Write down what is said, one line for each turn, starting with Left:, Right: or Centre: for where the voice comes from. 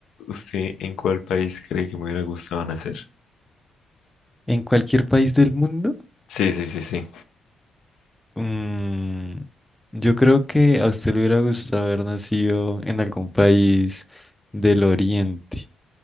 Left: ¿Usted en cuál país cree que me hubiera gustado nacer?
Centre: En cualquier país del mundo,
Left: Sí, sí, sí, sí.
Centre: mm, yo creo que a usted le hubiera gustado haber nacido en algún país del Oriente,